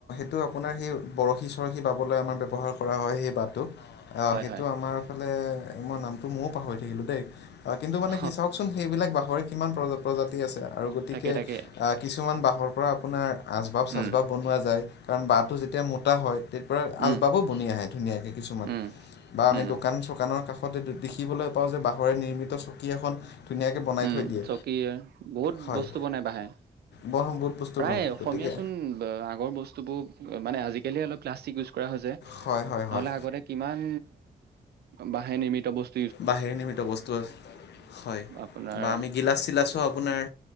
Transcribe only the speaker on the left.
টো আপোনাৰ সে বৰশী চৰশী বাবলৈ আমাৰ ব্যৱহাৰ কৰা হয় সেই বাঁহটো। অ
সেইটো
আমাৰ ফালে মই নামটো ময়ো পাহৰি থাকিলোঁ দেই। কিন্তু মানে
চাওকচোন সেইবিলাক বাঁহৰে কিমান প্ৰজা প্ৰজাতি আছে আৰু গতিকে
আ
কিছুমান বাঁহৰ পৰা আপোনাৰ আচবাব-চাচবাব
বনোৱা যায়। কাৰণ বাঁহটো যেতিয়া মোটা হয় তেত পৰা
আচবাবো বণী আহে ধুনীয়াকে কিছুমান।
বা আমি
দোকান চোকানৰ কাষতে দেখিবলৈ পাওঁ যে বাঁহৰে নিৰ্মিত চকী এখন ধুনীয়াকৈ বনাই
থৈ দিয়ে
হয়
বৰ বহুত বস্তু
বনায়
গতিকে
হয় হয়
হয়
বাঁহেৰ নিৰ্মিত বস্তু আছ, হয়
বা আমি গিলাচ চিলাচো আপোনাৰ